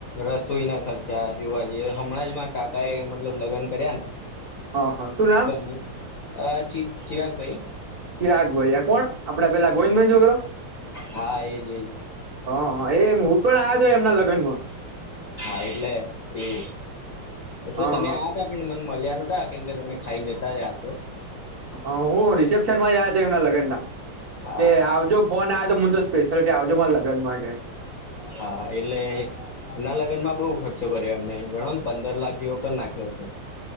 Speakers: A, on the left (about 60°); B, on the right (about 40°).
A: રસ સુઈના ખર્ચા જોવા જઈએ હમણાં જ મારા કાકા એ મતલબ લગ્ન કર્યા
B: હા હા શું નામ
A: ને અ ચિ ચિરાગભાઈ
B: ચિરાગ ભાઈ આ કોણ આપડે પેલા ગોવિંદભાઈ નો છોકરો
A: હા એજ એજ.
B: હ હા એમ હું પણ આવ્યો છું એમના લગ્નમાં.
A: હા એટલે એવું એ તો
B: હા
A: તમે આ તાને મને મળ્યા હતા કેમ કે તમે ખાઈને જતા રહ્યા હસો.
B: હ હું રિસેપ્શનમાં જ આયો તો એમના લગ્નના
A: હા
B: કે આવજો ફોન આવે તો મને તો સ્પેશિલ કે આવજો મારા લગ્ન માટે
A: હા એટલે એના લગ્નમાં બહુ ખર્ચો કર્યો એમને ગણોને પંદર લાખ જેવો કર નાખ્યો હશે